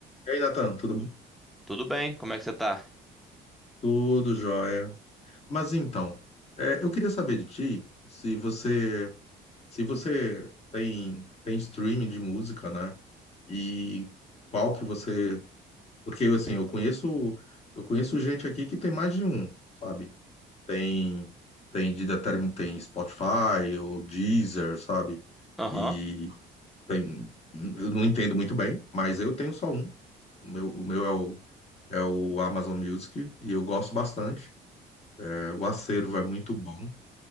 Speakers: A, on the left; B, in the centre.
A: E aí, Natan, tudo bom?
B: Tudo bem, como é que você tá?
A: Tudo jóia. Mas então, é, eu queria saber de ti se você se você tem tem streaming de música, né? E qual que você, porque assim, eu conheço eu conheço gente aqui que tem mais de um, sabe? Tem tem de determin, tem Spotify ou Deezer, sabe?
B: Aham,
A: E tem eu não entendo muito bem, mas eu tenho só um. O meu, o meu é o, é o Amazon Music e eu gosto bastante. É, O acervo é muito bom.